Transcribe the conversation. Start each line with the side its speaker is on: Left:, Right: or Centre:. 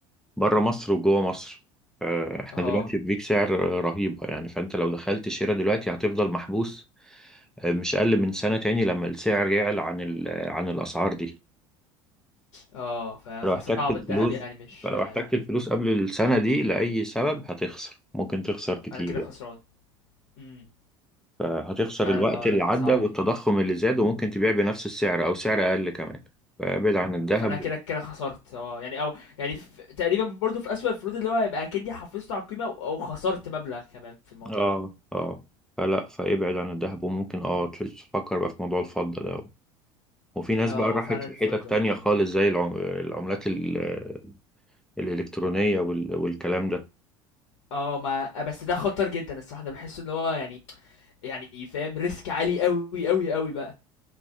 Centre: بره مصر وجوه مصر آه، احنا
Left: آه،
Centre: دلوقتي في بيك سعر رهيبة يعني فانت لو دخلت شراء دلوقتي هتفضل محبوس مش أقل من سنة تاني لما السعر يعلى عن ال- عن الأسعار دي
Left: آه، ف فصعب
Centre: فلو احتجت الفلوس
Left: الدهب يعني مش
Centre: فلو
Left: آه
Centre: احتجت الفلوس قبل السنة دي لأي سبب هتخسر ممكن تخسر كتير
Left: أنا كده
Centre: يعني
Left: خسران. إمم،
Centre: فهتخسر
Left: فعلًا
Centre: الوقت
Left: آه،
Centre: اللي
Left: لأ،
Centre: عدى
Left: صعبة
Centre: والتضخم
Left: دي.
Centre: اللي زاد وممكن تبيع بنفس السعر أو سعر أقل كمان فابعد عن الذهب
Left: فانا كده كده خسرت اه يعني او يعني في تقريبا برضو في اسوأ الفروض اللي هو هيبقى اكني حافظت على القيمه او أو خسرت مبلغ كمان في الموضوع
Centre: اه
Left: ده
Centre: اه فلا فابعد عن الذهب وممكن اه تفكر بقى في موضوع الفضة ده وفي ناس
Left: اه
Centre: بقى
Left: هو
Centre: راحت
Left: فعلا الفضل
Centre: لحتت تانية
Left: اه
Centre: خالص
Left: ممكن
Centre: زي العم- العملات ال- الإلكترونية وال- والكلام ده
Left: اه ما بس ده خطر جدا الصراحه انا بحس ان هو يعني يعني فاهم ريسك عالي قوي قوي قوي بقى